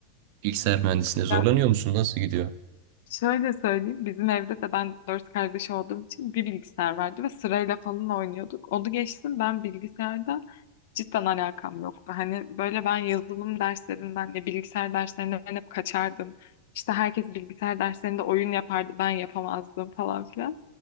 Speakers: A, on the right; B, on the left.
A: bilgisayar mühendisliğinde zorlanıyor
B: Ya
A: musun? Nasıl gidiyor?
B: Şöyle söyleyeyim, bizim evde de ben dört kardeş olduğum için bir bilgisayar vardı ve sırayla falan oynuyorduk. Onu geçtim ben bilgisayarda cidden alakam yoktu. Hani böyle ben yazılım derslerinden ya bilgisayar derslerinden hep kaçardım. İşte herkes bilgisayar derslerinde oyun yapardı, ben yapamazdım falan filan.